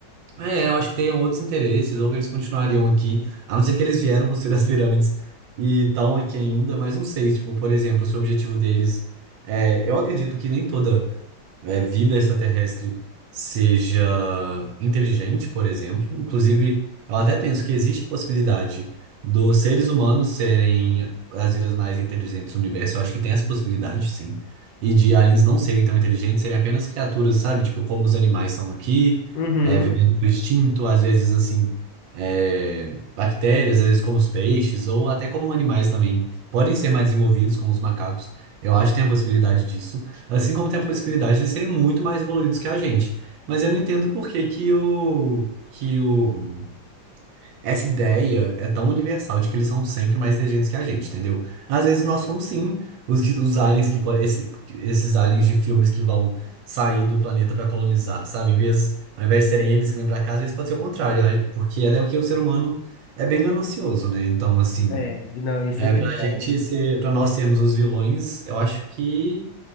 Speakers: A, on the right; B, on the left.
A: é, eu acho que teriam outros interesses, ou que eles continuariam aqui, a não ser que eles vieram construir as pirâmides e estão aqui ainda, mas não sei, tipo, por exemplo, se o objetivo deles é, eu acredito que nem toda é, vida extraterrestre seja inteligente, por exemplo. Inclusive, eu até penso que existe a possibilidade dos seres humanos serem as vidas mais inteligentes do universo. Eu acho que tem essa possibilidade, sim. E de aliens não serem tão inteligentes, serem apenas criaturas, sabe? Tipo, como os animais são aqui,
B: Uhum.
A: é, vivendo por instinto, às vezes, assim, é, bactérias, às vezes como os peixes, ou até como animais também. Podem ser mais desenvolvidos, como os macacos. Eu acho que tem a possibilidade disso. Assim como tem a possibilidade de eles serem muito mais evoluídos que a gente. Mas eu não entendo por que que o, que o, essa ideia é tão universal de que eles são sempre mais inteligentes que a gente, entendeu? Às vezes nós somos sim os, que- os aliens que po- esse- esses aliens de filmes que vão sair do planeta para colonizar, sabe? Em vez, ao invés de serem eles que vêm para casa, às vezes pode ser o contrário, a- porque é até porque o ser humano é bem ganancioso, né? Então, assim,
B: É, não, isso
A: é
B: é verdade.
A: pra gente ser, para nós sermos os vilões, eu acho que